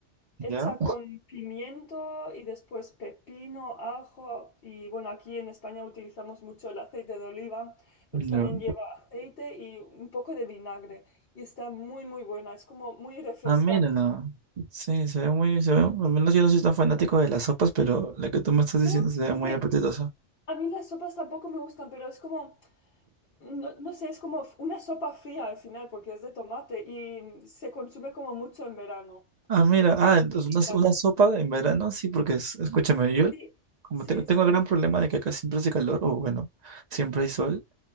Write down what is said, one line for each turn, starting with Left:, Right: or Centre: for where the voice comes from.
Left: Hecha
Right: Ya.
Left: con pimiento y después pepino, ajo y bueno, aquí en España utilizamos mucho el aceite de oliva, entonces
Right: Ya.
Left: también lleva aceite y un poco de vinagre y está muy muy buena, es como muy refrescante.
Right: Ah, mira. no. Sí, se ve muy, se ve, al menos yo no soy tan fanático de las sopas, pero la que tú me estás
Left: No,
Right: diciendo se ve
Left: es
Right: muy
Left: que
Right: apetitosa.
Left: a mí las sopas tampoco me gustan, pero es como, no, no sé, es como una sopa fría al final porque es de tomate y se consume como mucho en verano
Right: Ah, mira,
Left: porque es
Right: ah,
Left: muy
Right: entonces
Left: hidratante.
Right: una, s- una sopa en verano, sí, porque es- escúchame, yo
Left: Sí,
Right: como
Left: sí,
Right: tengo, tengo
Left: sí.
Right: el gran problema de que acá siempre hace calor, o bueno, siempre hay sol,